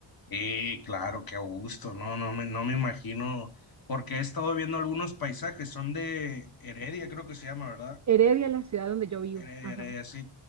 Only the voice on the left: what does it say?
Sí, claro, qué gusto, no, no me, no me imagino, porque he estado viendo algunos paisajes, son de Heredia, creo que se llama, ¿verdad?
Heredia,
Heredia, sí.